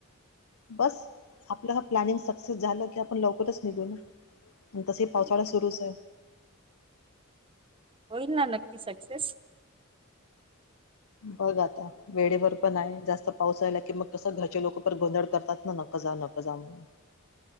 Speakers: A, on the left; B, on the right.
A: बस आपलं हा प्लॅनिंग सक्सेस झालं की, आपण लवकरच निघू ना. आणि तस
B: ठीक
A: पावसाळा सुरूच
B: हो,
A: आहे.
B: होईल ना नक्की सक्सेस.
A: हो जात आहे. वेळेवर पण आहे जास्त पाऊस राहिला कि, मग कसं घरचे लोक पण गोंधड करतात ना नकं जा नकं जा म्हणून.